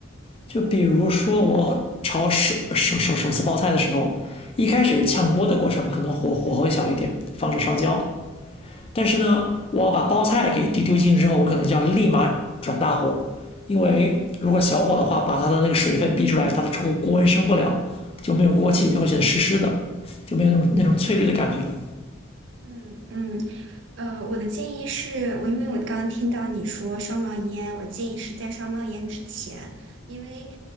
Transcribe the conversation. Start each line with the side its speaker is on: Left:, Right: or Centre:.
Left: 就比如说我炒手手手手撕包菜的时候，一开始炝锅的过程可能火火候小一点，防止烧焦。但是呢，我要把包菜给丢丢进去之后，我可能就要立马转大火，因为如果小火的话，把它的那个水分逼出来，它的锅锅温升不了，就没有锅气，就会显得湿湿的，就没有那种那种翠绿的感觉了。
Right: 嗯嗯，呃，我的建议是，我因为我刚刚听到你说烧冒烟，我建议是在烧冒烟之前，因为